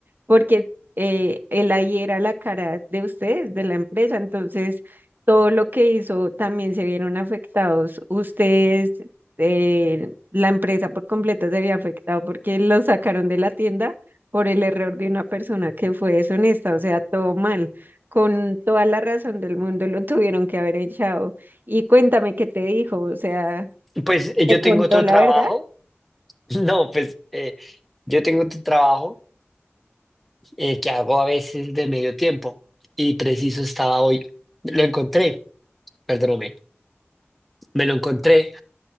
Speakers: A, on the right; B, in the centre.
A: porque eh, él ahí era la cara de ustedes, de la empresa, entonces todo lo que hizo también se vieron afectados. Ustedes, eh, la empresa por completo se había afectado porque lo sacaron de la tienda por el error de una persona que fue deshonesta, o sea, todo mal. Con toda la razón del mundo lo <laughs> tuvieron que haber echado. Y cuéntame qué te dijo, o sea,
B: Pues eh,
A: ¿te
B: yo
A: contó
B: tengo otro
A: la
B: trabajo
A: verdad?
B: <laughs> No, pues eh, yo tengo tu trabajo eh, que hago a veces de medio tiempo y preciso estaba hoy. Lo encontré, perdóname, me lo encontré